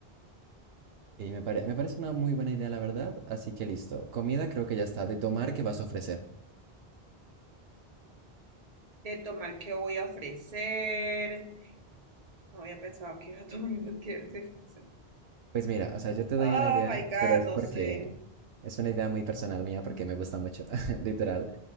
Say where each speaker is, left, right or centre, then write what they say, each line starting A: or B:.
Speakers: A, on the right; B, on the right.
A: Y me pare- me parece una muy buena idea, la verdad, así que listo. Comida creo que ya está. De tomar, ¿qué vas a ofrecer?
B: De tomar qué voy a ofrecer. No había pensado que iba a tomar <laughs> qué voy a ofrecer.
A: Pues mira, o sea, yo te doy
B: Oh
A: una idea,
B: my God,
A: pero es
B: no
A: porque
B: sé.
A: es una idea muy personal mía, porque me gusta mucho, <laughs> literal.